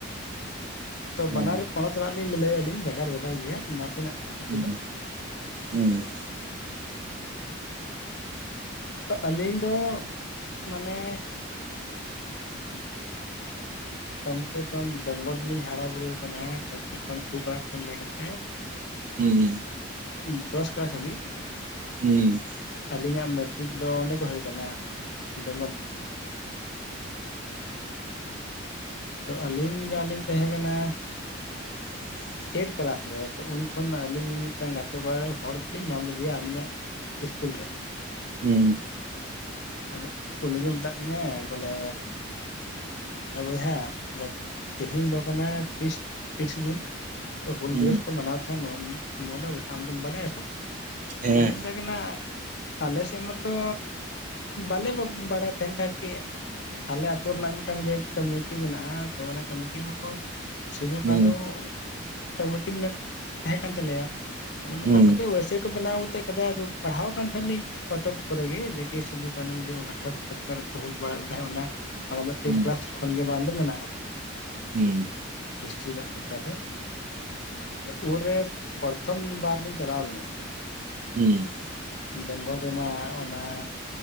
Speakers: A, on the left; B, on the right.
A: ᱛᱚ
B: ᱦᱮᱸ
A: ᱵᱟᱱᱟᱨ ᱯᱚᱱᱚᱛ ᱨᱮᱱᱟᱜ ᱞᱤᱧ ᱞᱟᱹᱭ ᱟᱞᱤᱧ ᱵᱷᱮᱜᱟᱨ ᱵᱷᱮᱜᱟᱨ ᱜᱮᱭᱟ ᱱᱟᱥᱮᱱᱟᱜ ᱠᱤᱪᱷᱩ
B: ᱦᱩᱸ
A: ᱫᱚ
B: ᱦᱩᱸ
A: ᱛᱚ ᱟᱹᱞᱤᱧ ᱫᱚ ᱢᱟᱱᱮ ᱠᱚᱢ ᱥᱮ ᱠᱚᱢ ᱵᱮᱝᱜᱚᱞ ᱨᱮᱞᱤᱧ ᱦᱟᱨᱟ ᱵᱩᱨᱩ ᱟᱠᱟᱱᱟ ᱠᱟᱹᱴᱤᱡ ᱠᱷᱚᱱ ᱴᱩ ᱠᱞᱟᱥ ᱠᱷᱚᱱ ᱞᱟᱹᱭ ᱠᱟᱛᱮᱫ
B: ᱦᱩᱸ
A: ᱮᱸ ᱫᱚᱥ ᱠᱞᱟᱥ ᱦᱟᱹᱵᱤᱡ
B: ᱦᱩᱸ
A: ᱟᱹᱞᱤᱧᱟᱜ ᱢᱮᱴᱨᱤᱠ ᱫᱚ ᱚᱸᱰᱮ ᱜᱮ ᱦᱩᱭ ᱟᱠᱟᱱᱟ ᱵᱮᱝᱜᱚᱞ ᱨᱮ᱾ ᱛᱚ ᱟᱹᱞᱤᱧ ᱡᱟᱞᱤᱧ ᱛᱟᱦᱮᱸ ᱠᱟᱱᱟ,
B: <inaudible>
A: ᱴᱮᱴ ᱠᱞᱟᱥ ᱨᱮ ᱛᱚ ᱩᱱ ᱠᱷᱚᱱ ᱟᱹᱞᱤᱧ ᱢᱤᱫᱴᱟᱱ ᱜᱟᱛᱮ ᱠᱚᱲᱟ ᱨᱮᱱ ᱦᱚᱲ ᱛᱮᱞᱤᱧ ᱧᱟᱢ ᱞᱮᱫᱮᱭᱟ ᱟᱹᱞᱤᱧᱟᱜ ᱤᱥᱠᱩᱞ ᱨᱮ᱾
B: ᱦᱩᱸ
A: ᱟᱫᱚ ᱩᱱᱤᱜᱮ ᱢᱮᱛᱟᱜ ᱞᱤᱧᱟᱭ ᱵᱚᱞᱮᱻ, ᱮ ᱵᱚᱭᱦᱟ ᱢᱟᱱᱮ ᱛᱮᱦᱮᱧ ᱫᱚ ᱠᱟᱱᱟ ᱛᱤᱥ ᱛᱤᱨᱤᱥᱟ ᱡᱩᱱ᱾ ᱦᱩᱞ
B: ᱦᱩᱸ
A: ᱫᱤᱵᱚᱥ ᱠᱚ ᱢᱟᱱᱟᱣ ᱛᱟᱦᱮᱸᱱ ᱱᱚᱱ ᱱᱚᱸᱰᱮ ᱵᱚᱞᱮ ᱟᱢ ᱫᱚᱢ ᱵᱟᱰᱟᱭᱟ ᱥᱮ ᱵᱟᱝ
B: ᱦᱮᱸ
A: ᱟᱫᱚᱧ ᱢᱮᱛᱟᱭ ᱠᱟᱱᱟ ᱟᱞᱮ ᱥᱮᱱ ᱢᱟᱛᱚ ᱵᱟᱞᱮ ᱵᱟᱵ ᱵᱟᱲᱟᱭ ᱛᱟᱦᱮᱱ ᱠᱷᱟᱡ ᱠᱮ ᱟᱞᱮ ᱟᱹᱛᱳ ᱱᱟᱜ ᱢᱮᱜᱴᱟᱝ ᱡᱮ ᱠᱟᱢᱤᱴᱤ ᱢᱮᱱᱟᱜ᱾ ᱟ ᱛᱚ ᱚᱱᱟ ᱠᱟᱢᱤᱴᱤ ᱢᱟᱠᱚ ᱥᱤᱫᱷᱩ
B: ᱦᱩᱸ
A: ᱠᱟᱹᱱᱩ ᱠᱟᱢᱤᱴᱤ ᱢᱮᱜ ᱛᱟᱦᱮᱸ ᱠᱟᱱ ᱛᱟᱞᱮᱭᱟ ᱟᱫᱚ ᱢᱮᱱᱫᱟ
B: ᱦᱩᱸ
A: ᱯᱟᱪᱮ ᱚᱭᱥᱮ ᱠᱚ ᱵᱮᱱᱟᱣ ᱠᱚᱛᱮᱜ ᱠᱟᱫᱟ ᱟᱫᱚ ᱯᱟᱲᱦᱟᱣ ᱠᱟᱱ ᱛᱟᱦᱮᱱ ᱞᱤᱧ᱾ ᱯᱚᱛᱚᱵ ᱠᱚᱨᱮ ᱜᱮ ᱡᱟᱠᱤ ᱥᱤᱫᱩ ᱠᱟᱹᱱᱩ ᱡᱮ ᱟᱴᱷᱟᱨᱚᱥᱚ ᱯᱚᱪᱯᱚᱱ ᱨᱮ ᱠᱚ ᱦᱩᱞ ᱵᱟᱲᱟ ᱞᱮᱫᱟ ᱚᱱᱟ ᱚᱱᱟ ᱫᱚ ᱴᱮᱱ
B: ᱦᱩᱸ
A: ᱠᱞᱟᱥ ᱠᱷᱚᱱ ᱜᱮ ᱵᱟᱝ ᱫᱚ ᱢᱮᱱᱟᱜᱼᱟ᱾
B: ᱦᱩᱸ,
A: ᱦᱤᱥᱴᱨᱤ <unintelligible> ᱨᱮᱭᱟᱜ ᱪᱮᱯᱴᱟᱨ ᱨᱮ᱾ ᱩᱱ ᱨᱮ ᱯᱚᱨᱚᱛᱷᱚᱢ <unintelligible> ᱵᱟᱨ ᱞᱤᱧ ᱪᱟᱞᱟᱣ ᱞᱮᱱᱟ
B: ᱦᱩᱸ,
A: ᱵᱮᱝᱜᱚᱞ ᱨᱮᱱᱟᱜ ᱚᱱᱟ